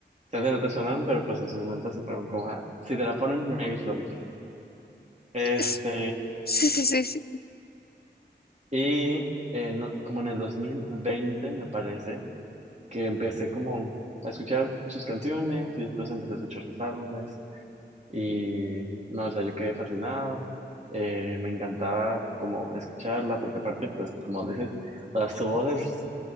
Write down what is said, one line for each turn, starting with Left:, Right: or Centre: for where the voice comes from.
Right: tal vez no te suenan, pero pues en su momento sí fueron como, ah, si te la ponen, maybe lo ubicas. Este,
Left: Es- sí, sí, sí, sí,
Right: y eh, no- como en el 2020 me parece, que empecé como a escuchar sus canciones y después empecé a escuchar sus álbumes y no, o sea, yo quedé fascinado, eh, me encantaba como escucharla porque aparte pues como dices, las su voz es